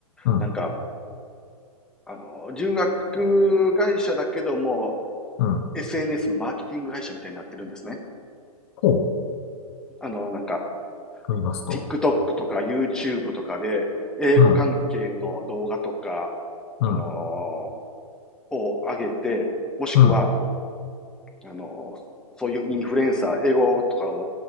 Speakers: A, on the left; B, in the centre.
A: うん、
B: なんか、あの、留学会社だけども、
A: うん、
B: SNS のマーケティング会社みたいになってるんですね。
A: こ
B: あの、なんか、
A: うと言いますと、
B: TikTok とか YouTube とかで、英語関係の動画とか、
A: うん、うん、
B: あのーを上げて、もしくは、
A: うん、
B: あのーそういうインフルエンサー、英語とかを、